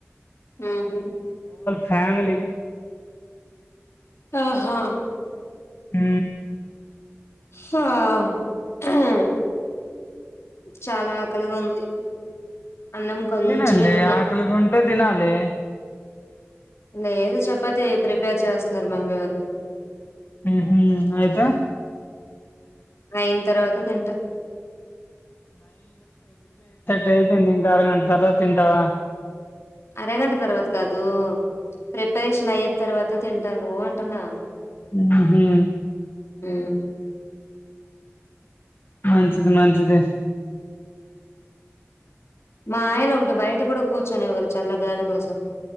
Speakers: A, on the left; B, on the left.
A: హుహు
B: ఫ్యామిలీ
A: ఓహో
B: ఉ
A: హా ఆహా చాలా ఆకలిగా ఉంది అన్నం కొంచెమే
B: తినాలి
A: తిన్నాను
B: ఆకలింగుంటే తినాలి
A: లేదు చప్పతే ప్రిపేర్ చేస్తున్నారు మమ్మీ వాళ్లు
B: ఊహు అయితే
A: అయిన తర్వాత తింటా
B: దైయిపోయింది ఇంకా అరగంట తర్వాత తింటావా
A: అరగంట తర్వాత కాదు ప్రిపరేషన్ అయినా తర్వాత తింటాను అంటున్నా
B: హు
A: హు
B: మంచిది మంచిది
A: మా ఆయన ఒకటి బయట కూడా కూర్చొనివరు చల్లగాలి కోసం